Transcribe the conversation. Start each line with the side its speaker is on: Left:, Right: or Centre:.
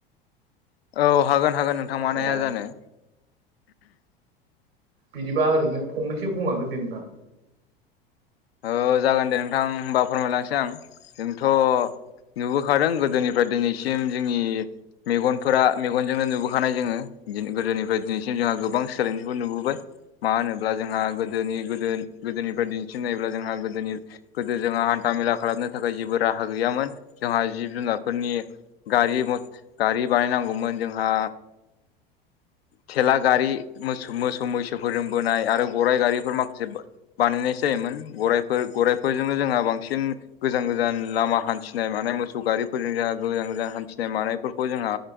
Left: औ हागोन हागोन नोंथां मानो
Right: अ
Left: हाया जानो
Right: बिदिबा ओरैनो फंनसो बुंलांदोेे दे नोंथां
Left: औ जागोन दे नोंथां होमबा फोरमायलांनोसै आं जोंथ' नुबोखादों गोदोनि ओमफ्राय दिनैसिम जोंनि मेगनफोरा मेगनजोंनो नुबोखानाय जोङो गोदोनि फ्राय दिनैसिम जोंहा गोबां सोलायनायखौ नुबोबाय मा होनोब्ला जोंहा गोदोनि गोदोनिफ्राय दिन्थिनायब्ला जोंहा गोदोनि गोदो जोंहा हान्था मेला खालामनो थाखाय जेबो राहा गैयामोन जोंहा जिब जुनारफोरनि गारि गारि बानायनांगौमोन जोंहा थेला गारि मोसौ मोसौ मैसोफोरजों बोनाय आरो गराइ गारिफोर माखासे बानायनाय जायोमोन गराइफोर गराइफोरजोंनो जोंहा बांसिन गोजान गोजान लामा हान्थिनाय मानाय मोसौ गारिफोरजों जोंहा गोजान गोजान हान्थिनाय मानायफोरखौ जोंहा